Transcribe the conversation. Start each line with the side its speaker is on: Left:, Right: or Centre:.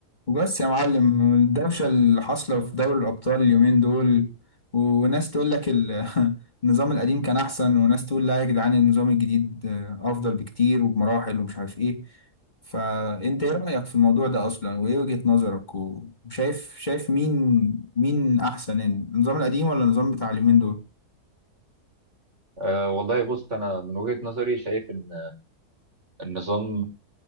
Left: وبس يا معلم الدوشة اللي حاصلة في دوري الأبطال اليومين دول وناس تقول لك ال- <laughs> النظام القديم كان أحسن وناس تقول لا يا جدعان النظام الجديد أفضل بكتير وبمراحل ومش عارف إيه فأنت إيه رأيك في الموضوع ده أصلا وإيه وجهة نظرك و- وشايف شايف مين مين أحسن يعني، النظام القديم ولا النظام بتاع اليومين دول؟
Right: أه والله بص أنا من وجهة نظري شايف إن النظام